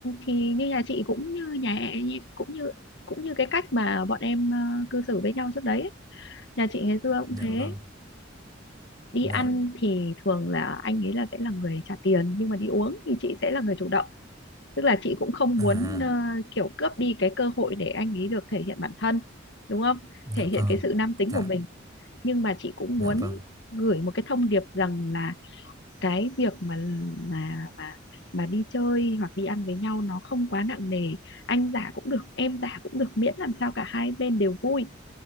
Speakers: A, on the left; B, on the right.
A: thì như nhà chị cũng như nhà cũng như cũng như cái cách mà bọn em ờ, cư xử với nhau trước đấy ấy. nhà chị ngày xưa
B: dạ
A: cũng thế
B: vâng
A: đi
B: dạ
A: ăn thì thường là anh ấy là sẽ là người trả tiền nhưng mà đi uống thì chị sẽ là người chủ động tức là chị cũng không
B: à
A: muốn ờ, kiểu cướp đi cái cơ hội để anh ấy được thể hiện bản thân đúng không
B: dạ
A: thể hiện
B: vâng
A: cái sự nam tính
B: dạ
A: của mình nhưng mà chị cũng
B: dạ
A: muốn
B: vâng
A: gửi một cái thông điệp rằng là cái việc mà mà mà mà đi chơi hoặc đi ăn với nhau nó không quá nặng nề anh giả cũng được em giả cũng được miễn làm sao cả hai bên đều vui